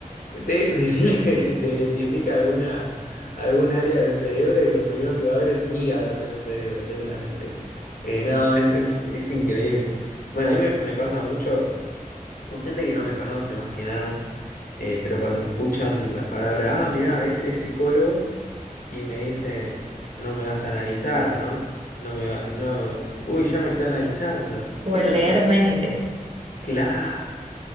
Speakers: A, on the left; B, on the right.
A: de- <laughs> decirle que que te identifica alguna, algún área del cerebro y lo primero que va a ver es un hígado en vez de un cerebro, seguramente. Eh, no, es, es, es increíble. Bueno, a mí me, me pasa mucho con gente que no me conoce más que nada, eh, pero cuando escuchan la palabra, ah, mirá, es, es psicólogo, y me dicen, no me vas a analizar, ¿no? No me va- no, uy, ya me está analizando.
B: o
A: Esas
B: el leer mentes.
A: Claro.